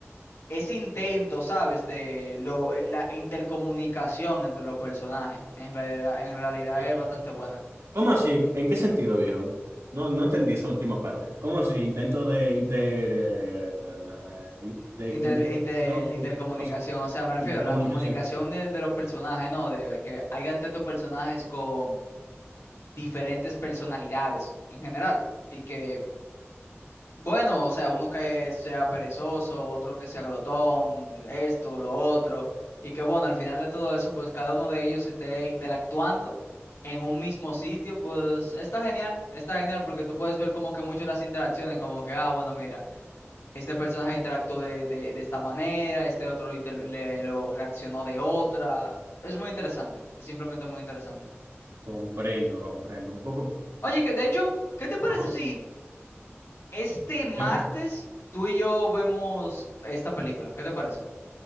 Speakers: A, on the left; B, on the right.
A: ese intento, ¿sabes? De lo, la intercomunicación entre los personajes. En realidad, en realidad
B: eh,
A: es bastante buena.
B: ¿Cómo así? ¿En qué sentido, viejo? No, no entendí esa última parte. ¿Cómo así? Intento de inter... eh, na- na- de
A: Inter,
B: inter...
A: inter-
B: no,
A: intercomunicación,
B: ¿Cómo así?
A: o sea, me refiero
B: Intercomunicación.
A: a la comunicación de, de los personajes, ¿no? De que hayan tantos personajes con diferentes personalidades en general. Y que, bueno, o sea, uno que sea perezoso, otro que sea glotón, esto, lo otro. Y que, bueno, al final de todo eso, pues cada uno de ellos esté interactuando en un mismo sitio, pues está genial, está genial porque tú puedes ver como que mucho las interacciones, como que, ah, bueno, mira este personaje interactuó de, de, de esta manera, este otro inter- le, lo reaccionó de otra. Es muy interesante, es simplemente muy interesante.
B: Comprendo, comprendo. Un poco.
A: Oye, que de hecho, ¿qué te parece
B: Ajá.
A: si este martes
B: Dime.
A: tú y yo vemos esta película? ¿Qué te parece?